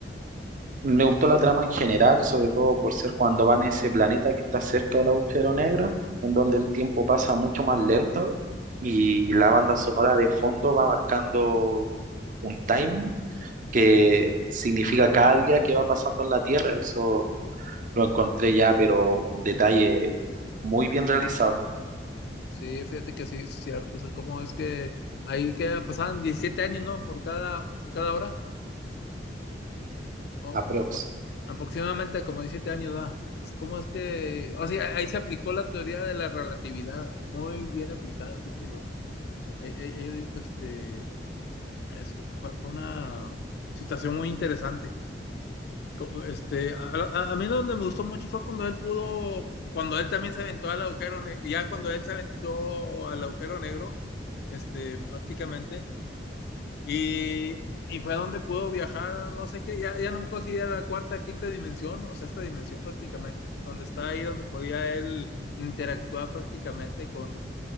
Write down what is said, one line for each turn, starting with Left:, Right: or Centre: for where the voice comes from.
Right: Me gustó la trama en general, sobre todo por ser cuando van a ese planeta que está cerca del agujero negro, en donde el tiempo pasa mucho más lento y la banda sonora de fondo va marcando un time que significa cada día que va pasando en la Tierra. Eso lo encontré ya, pero un detalle muy bien realizado,
Left: Sí, fíjate que sí, es cierto. O sea, cómo es que ahí que pasaban 17 años, ¿no? Por cada, por cada hora. O,
Right: aprox.
Left: o cua- aproximadamente como 17 años, ¿no? Es como es que. O sea, ahí se aplicó la teoría de la relatividad. Muy bien aplicada, pienso yo. Eh, eh, eh, yo digo que este, es- fue, fue una situación muy interesante. Co- Este, a, a- a mí lo donde me gustó mucho fue cuando él pudo. Cuando él también se aventó al agujero negro. Ya cuando él se aventó al agujero negro, este, prácticamente. Y, y fue donde pudo viajar, no sé qué, ya, ya no me acuerdo si era la cuarta, quinta dimensión, o sea esta dimensión prácticamente, donde está ahí, donde podía él interactuar prácticamente con,